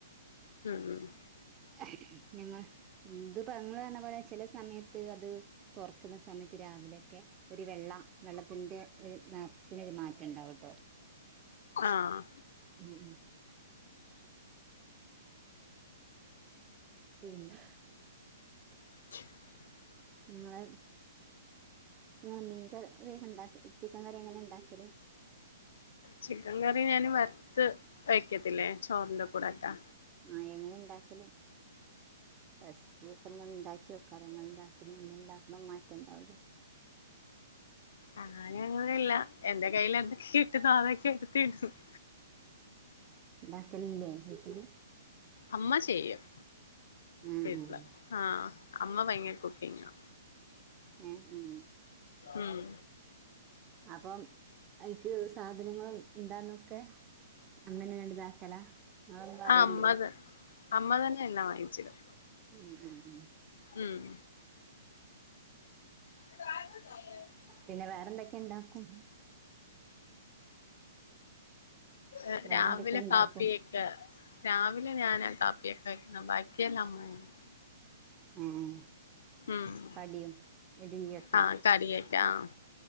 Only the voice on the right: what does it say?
ഹയ് ഞങ്ങൾ. ന്ത് പെങ്ങള് പറഞ്ഞ പോലെ, ചില സമയത്ത് അത് തോർക്കുന്ന സമയത്ത് രാവിലെ. ഒരു വെള്ള വെള്ളത്തിന്റെ ഒരു നറത്തിനെര് മാറ്റണ്ടാവുട്ടേ.
ഉം ഉം പിന്നെ
ങ്ങളെ ങ്ങനെ മീൻ കറിയൊക്കെ ണ്ടാക്ക ചിക്കൻകറിയെക്കെങ്ങനെ ണ്ടാക്കല്.
ആ എങ്ങനെ ണ്ടാക്കല്. റെസിപ്പിയെക്കെ ണ്ടാക്കി വെക്കാലോന്നാല്. ഉണ്ടാക്ക്ണം ഇമ്മണ്ടാക്ക്ണം മാറ്റണ്ടാവുലെ.
ഉണ്ടാക്കാൻ ഇലെ വീട്ടിലെ
ആഹ്
ആഹ്
ഉം ഉം.
അപ്പം അയ്ക്ക് സാധനങ്ങളും ണ്ടായിരുന്നൊക്കെ. അമ്മെനെണ്ട് താക്കലാ നിങ്ങളൊന്നും അറിയല്ല്യേ
ഉം ഉം ഉം
പിന്നെ വേറെന്തൊക്കെ ണ്ടാക്കും.
വേറെന്തൊക്കെ
ഇണ്ടാക്കും
ഉം,
കടിയും, ഇഡ്ലിയെക്കെ.